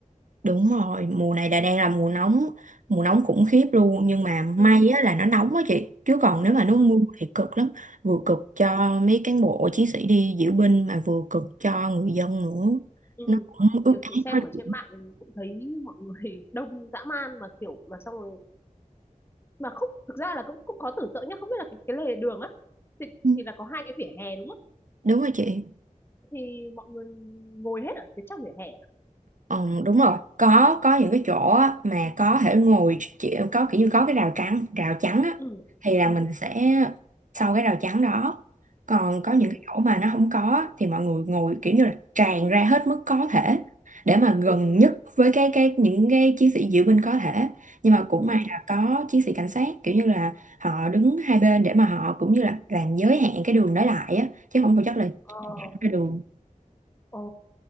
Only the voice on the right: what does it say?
Đúng rồi, mùa này là đang là mùa nóng, mùa nóng khủng khiếp luôn nhưng mà may
á, là nó nóng á chị, chứ còn nếu mà nó mưa
thì cực lắm, vừa cực cho mấy cán bộ chiến sĩ đi diễu binh mà vừa cực cho người dân nữa.
Nó cũng ướt
át
hết.
Ừ,
Đúng rồi chị.
Ờ, đúng rồi có có những cái chỗ á, mà có thể ngồi chỉ, có kiểu như có cái rào trắng rào trắng á
thì là
mình sẽ sau cái rào trắng đó còn có những
cái chỗ mà nó không có á, thì mọi người ngồi kiểu như là tràn ra hết mức có thể để mà
gần nhất với cái cái những cái chiến sĩ diễu binh có thể nhưng mà cũng
may là có chiến sĩ cảnh sát kiểu như là họ đứng hai bên để mà họ cũng như là làm giới hạn cái đường đó lại á chứ không phải chắc là
ra đường